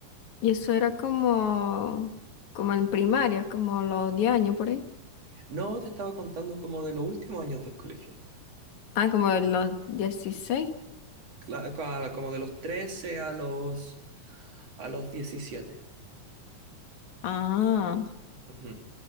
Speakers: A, on the left (about 75°); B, on the right (about 55°).
A: Y eso era como, como en primaria, como los 10 años por ahí.
B: No, te estaba contando como de los últimos años del colegio.
A: Ah, como los dieciséis
B: cla- ca- como de los 13 a los, a los diecisiete,
A: Ah,
B: Ujú.